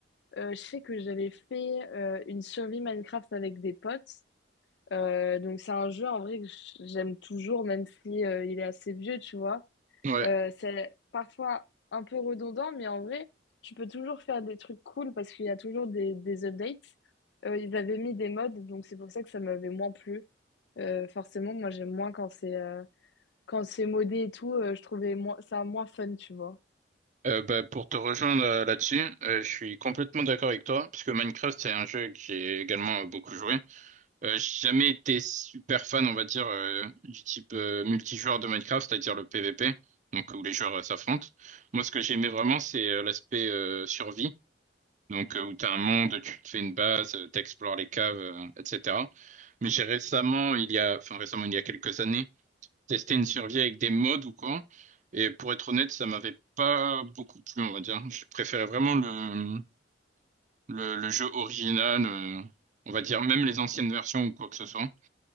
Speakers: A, on the left; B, on the right.
A: euh, je sais que j'avais fait euh, une survie Minecraft avec des potes. Euh, donc c'est un jeu en vrai que j- j'aime toujours, même si euh, il est assez vieux, tu vois.
B: Ouais.
A: Euh, c'est parfois un peu redondant, mais en vrai, tu peux toujours faire des trucs cool parce qu'il y a toujours des, des updates. Euh, ils avaient mis des mods, donc c'est pour ça que ça m'avait moins plu. Euh, forcément, moi j'aime moins quand c'est euh, quand c'est modé et tout, euh, je trouvais moins, ça moins fun, tu vois.
B: Euh, bah, pour te rejoindre euh, là-dessus, euh, je suis complètement d'accord avec toi, puisque Minecraft, c'est un jeu que j'ai également euh, beaucoup joué. Euh, j'ai jamais été super fan, on va dire, euh, du type euh, multijoueur de Minecraft, c'est-à-dire le PVP, donc où les joueurs euh, s'affrontent. Moi, ce que j'aimais vraiment, c'est euh, l'aspect euh, survie. Donc, euh, où tu as un monde, tu te fais une base, tu explores les caves, euh, etc. Mais j'ai récemment, il y a, enfin récemment, il y a quelques années, testé une survie avec des mods ou quoi. Et pour être honnête, ça m'avait pas beaucoup plu, on va dire. Je préférais vraiment le, le, le jeu original, euh, on va dire, même les anciennes versions ou quoi que ce soit.